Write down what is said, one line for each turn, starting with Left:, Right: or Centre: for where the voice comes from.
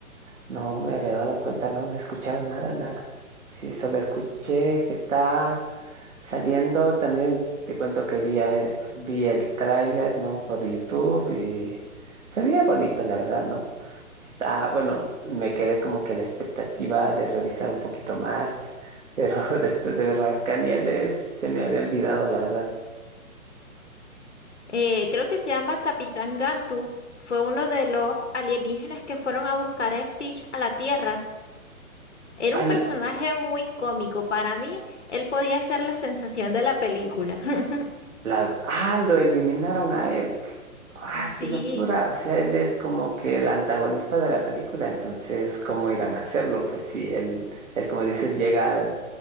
Right: no me había dado cuenta, no, no he escuchado nada, nada. Sí, solo escuché que está saliendo, también te cuento que vi, a ver, vi el tráiler, ¿no? Por YouTube y se veía bonito, la verdad, ¿no? Está, bueno, me quedé como que a la expectativa de revisar un poquito más, pero <laughs> después de ver Blancanieves se me había olvidado, la verdad.
Left: Eh, creo que se llama Capitán Gantu. Fue uno de los alienígenas que fueron a buscar a Stitch a la Tierra. Era
Right: Ah,
Left: un
Right: lo,
Left: personaje muy cómico. Para mí, él podía ser la sensación de la película. <laughs>
Right: la- ah, lo eliminaron a él. Ay,
Left: Sí.
Right: qué locura. O sea, él es como que el antagonista de la película, entonces, ¿cómo irán a hacerlo? Pues sí, él, él como dices, llega al-